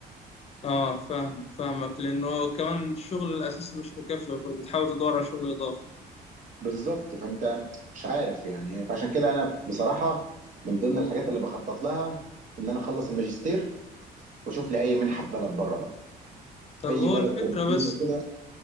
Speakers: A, on the left; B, on the right.
A: اه فاهمك فاهمك لانه كمان الشغل الاساسي مش مكفي فبتحاول تدور على شغل اضافي
B: بالظبط فانت مش عارف يعني عشان كده انا بصراحه من ضمن الحاجات اللي بخطط لها ان انا اخلص الماجستير واشوف لي اي منحه في بلد بره بقى
A: طب
B: اي
A: هو
B: بلد
A: الفكره
B: اوروبيه
A: بس
B: كده